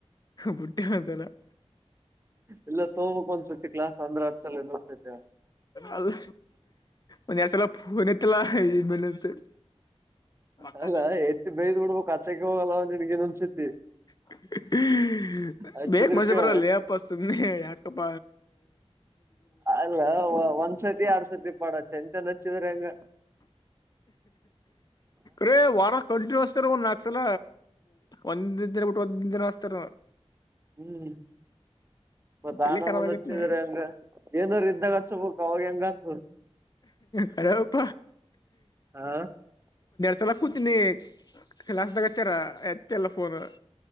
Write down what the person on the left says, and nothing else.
ಬಿುಟ್ಟಿ ಗೊಂದ್ಸಲ. <inaudible>
ಅದು ಒಂದ್ ಎರದ್ಸಲ ಫೋನ್ ಎತ್ತಲ್ಲ ಇಮೇಲಿಂದ. ಪಕ್ಕನಾ.
<unintelligible>
ಬೇಕ್ ಮಜ
ಬರಲೇ ಅಪ ಸುಮ್ನೆ ಯಾಕಪ್ಪ.
ರೇ ವಾರ ಕಂಟಿನ್ಯಸ್. ತರ ಒಂದ್ ನಕ್ಸಲ ಒಂದ್ ದಿನ ಬಿಟ್ ಒಂದಿನ ಹಸ್ತಾರ.
ತಲಿ ಖರಾಬ್ ಆಗೈತಿ
ಕರೆನಪ.
ಸಲ ಕೂತೀನಿ ಕ್ಲಾಸ್ದಾಗ್ ಹಚ್ಚಾರ ಎತ್ತೆ ಇಲ್ಲ ಫೋನ್.